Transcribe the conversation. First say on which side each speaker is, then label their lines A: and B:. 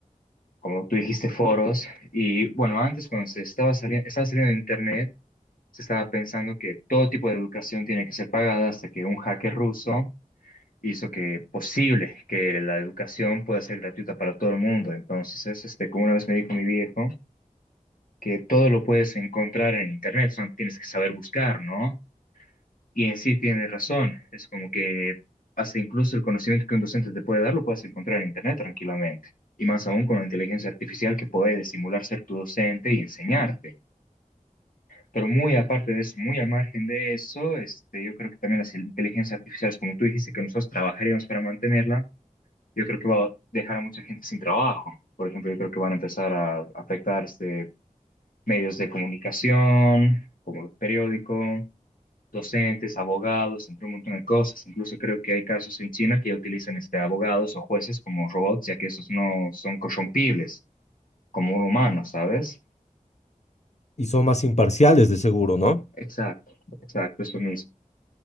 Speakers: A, on the left (about 85°); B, on the left (about 55°).
A: como tú dijiste, foros. Y bueno, antes cuando se estaba saliendo, estaba saliendo de Internet, se estaba pensando que todo tipo de educación tiene que ser pagada hasta que un hacker ruso hizo que posible que la educación pueda ser gratuita para todo el mundo. Entonces, es, este, como una vez me dijo mi viejo, que todo lo puedes encontrar en internet, solo tienes que saber buscar, ¿no? Y en sí tiene razón, es como que hasta incluso el conocimiento que un docente te puede dar lo puedes encontrar en internet tranquilamente. Y más aún con la inteligencia artificial que puede simular ser tu docente y enseñarte. Pero muy aparte de eso, muy al margen de eso, este, yo creo que también las inteligencias artificiales, como tú dijiste, que nosotros trabajaríamos para mantenerla, yo creo que va a dejar a mucha gente sin trabajo. Por ejemplo, yo creo que van a empezar a afectar este, medios de comunicación, como los periódicos, docentes, abogados, entre un montón de cosas. Incluso creo que hay casos en China que ya utilizan este, abogados o jueces como robots, ya que esos no son corrompibles como un humano, ¿sabes?
B: y son más imparciales de seguro, ¿no?
A: Exacto, exacto, eso mismo.